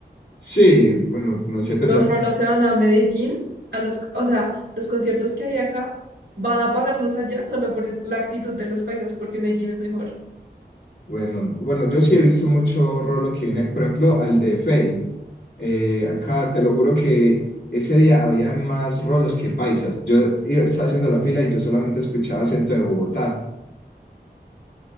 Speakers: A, on the left; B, on the right.
A: sí, bueno, no sé, pues
B: Los
A: a mí-
B: rolos se van a Medellín, a los, o sea, los conciertos que hay acá van a pagarlos allá solo por la actitud de los paisas, porque Medellín es mejor.
A: bueno, bueno, yo sí he visto mucho rolo que viene, por ejemplo, al de Fate. Eh, acá te lo juro que ese día habían más rolos que paisas. Yo iba- estaba haciendo la fila y yo solamente escuchaba acento de Bogotá.